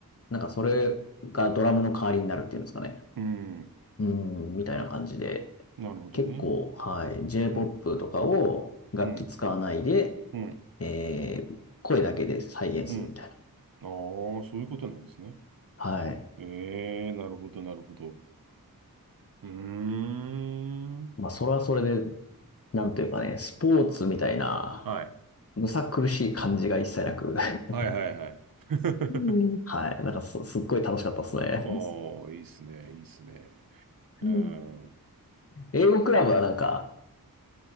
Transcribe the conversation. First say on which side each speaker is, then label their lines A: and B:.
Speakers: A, on the left (about 40°); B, on the right (about 70°).
A: なんかそれがドラムの代わりになるっていうんですかね。
B: うん
A: うん、みたいな感じで、
B: なるほどね。
A: 結構、はい、J-POP
B: うん、
A: とかを楽器使わないで、
B: うん、うん、
A: えー、声だけで再現するみたいな。
B: うん。ああ、そういうことなんですね。
A: はい。
B: ええなるほど、なるほど。うーん。
A: まあ、それはそれで、なんというかね、スポーツみたいな、
B: はい。
A: むさ苦しい感じが一切なく、<laughs>
B: はいはいはい。<laughs>
A: うん。はい。なんかす、すっごい楽しかったですね。
B: ああ、いいっすね、いいっすね。うん。
A: うん英語クラブはなんか、